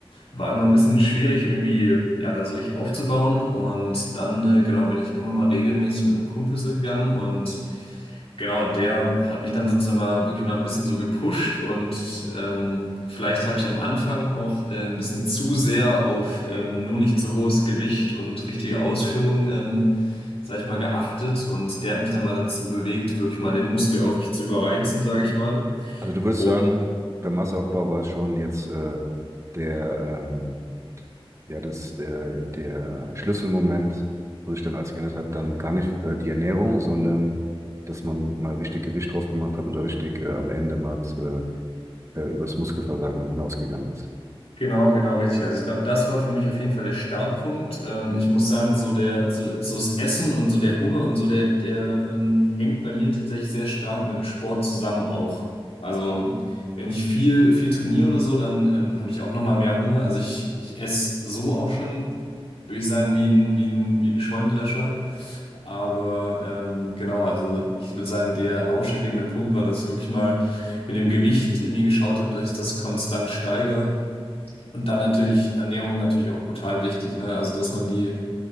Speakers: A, on the left; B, on the right.
A: war immer ein bisschen schwierig, irgendwie, ja, da so richtig aufzubauen. Und dann, äh, genau, bin ich immer mal regelmäßig mit einem Kumpel so gegangen und Genau, der hat mich dann sozusagen mal wirklich mal ein bisschen so gepusht und ähm, vielleicht habe ich am Anfang auch äh, ein bisschen zu sehr auf ähm, nur nicht zu hohes Gewicht und richtige Ausführung, ähm, sage ich mal, geachtet und der hat mich dann mal dazu bewegt, wirklich mal den Muskel auch richtig zu überreizen, sage ich mal.
B: Also du würdest
A: Und
B: sagen, beim Masseaufbau war es schon jetzt äh, der, ähm, ja, das, der, der Schlüsselmoment, wo sich dann alles geändert hat, dann gar nicht äh, die Ernährung, sondern dass man mal richtig Gewicht drauf gemacht hat oder richtig äh, am Ende mal äh, äh, übers Muskelversagen hinausgegangen ist.
A: Genau, genau, richtig. Also ich glaube, das war für mich auf jeden Fall der Startpunkt. Ähm, ich muss sagen, so der, so, so das Essen und so der Hunger und so, der, der ähm, hängt bei mir tatsächlich sehr stark mit dem Sport zusammen auch. Also wenn ich viel, viel trainiere oder so, dann ähm, habe ich auch nochmal mehr Hunger. Also ich, ich esse so auch schon, würde ich sagen, wie ein, wie ein, wie ein Scheunendrescher. Aber ähm, genau, also ich würde sagen, der ausschlaggebende Punkt war, dass ich wirklich mal mit dem Gewicht irgendwie geschaut habe, dass ich das konstant steigere. Und dann natürlich Ernährung natürlich auch brutal wichtig, ne? Also, dass man die,